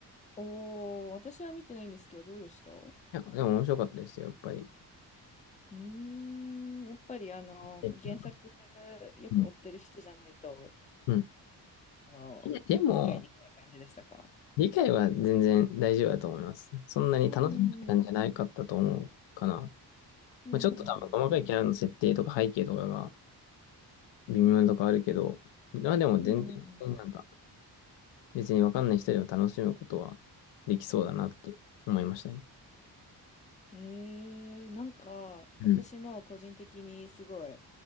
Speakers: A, on the left; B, on the left.
A: おー、私は見てないんですけど、どうでした
B: や、でも面白かったですよ、やっぱり。
A: うーん、やっぱりあの、
B: え
A: 原作よく追ってる人じゃないと、
B: うん。うん
A: あの、
B: いやでも、
A: 理解できない感じでしたか
B: 理解は全然大丈夫だと思います。そんなに楽しめない感じじゃないかったと思うかな。
A: うんうんうん。
B: まあ、
A: うんうんうんうん。
B: ちょっと多分細かいキャラの設定とか背景とかが微妙なとこあるけど、まあでも全体的になんか
A: うんうんう
B: 別にわかんない人でも楽しむことはできそうだなって思いましたね。
A: ん。えー、なんか、
B: うん。
A: 私も個人的にすごい、